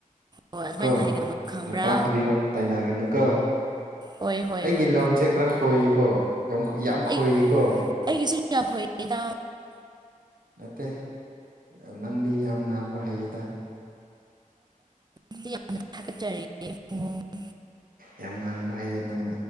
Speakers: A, on the right; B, on the right.
A: ꯍꯣꯏ ꯑꯗꯨꯃꯥꯏꯅ
B: ꯀꯣ
A: ꯍꯥꯏꯒꯗꯕ ꯈꯪꯕ꯭ꯔꯥ
B: ꯅꯨꯄꯥꯈꯨꯗꯤꯡꯃꯛ ꯇꯥꯏꯅꯒꯅꯨ ꯀꯣ
A: ꯍꯣꯏ ꯍꯣꯏ
B: ꯑꯩꯒꯤ
A: ꯍꯣꯏ
B: ꯂꯣꯟꯁꯦ ꯈꯔ ꯈꯣꯏꯀꯣ ꯌꯥꯝ ꯌꯥꯝ
A: ꯑꯩ
B: ꯈꯣꯏꯀꯣ
A: ꯑꯩꯒꯤꯁꯨ ꯌꯥꯝ ꯈꯣꯏꯗꯥ
B: ꯅꯠꯇꯦ ꯅꯪ ꯅꯪꯗꯤ ꯌꯥꯝ ꯉꯥꯡꯕ ꯍꯩꯌꯦꯗ
A: ꯑꯗꯨ ꯌꯥꯝꯅ ꯊꯥꯒꯠꯆꯔꯤꯑꯦ ꯏꯕꯨꯡꯉꯣ
B: ꯌꯥꯝ ꯉꯥꯡꯕ ꯍꯩꯌꯦ ꯅꯪ